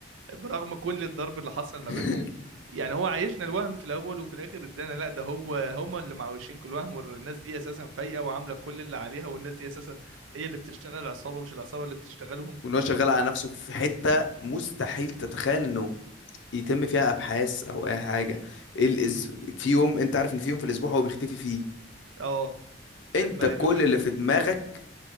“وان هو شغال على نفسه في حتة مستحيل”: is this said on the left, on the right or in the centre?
Left